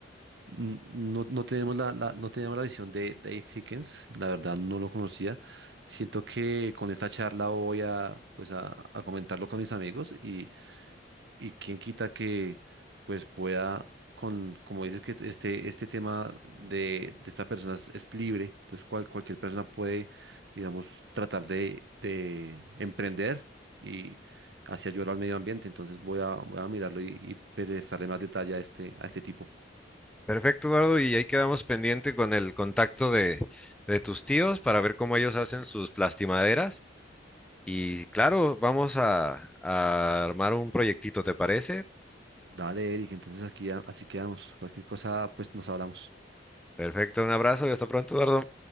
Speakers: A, on the right (about 70°); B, in the centre.
A: Mm, No, no tenemos la, la- no teníamos la visión de Dave Hickens, la verdad no lo conocía. Siento que con esta charla voy a, pues a, a comentarlo con mis amigos y, y quién quita que pues pueda, con, como dices que este, este tema de, de esta persona es, es libre, entonces cual- cualquier persona puede, digamos, tratar de, de emprender y así ayudar al medio ambiente. Entonces voy a, voy a mirarlo y, y prestarle más detalle a este, a este tipo.
B: Perfecto, Eduardo, y ahí quedamos pendiente con el contacto de, de tus tíos para ver cómo ellos hacen sus plastimaderas Y claro, vamos a, a armar un proyectito, ¿te parece?
A: Dale, Eric, entonces aquí a- así quedamos. Cualquier cosa, pues nos hablamos.
B: Perfecto, un abrazo y hasta pronto, Eduardo.